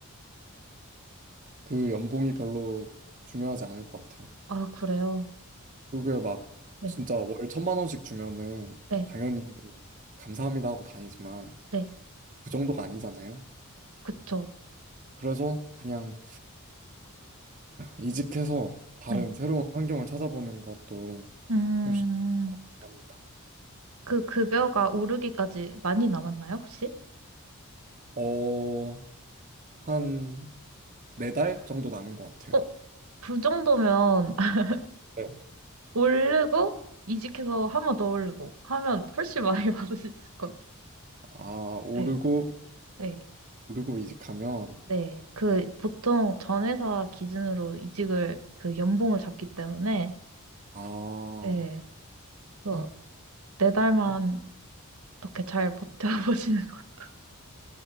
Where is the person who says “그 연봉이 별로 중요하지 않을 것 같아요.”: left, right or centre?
Right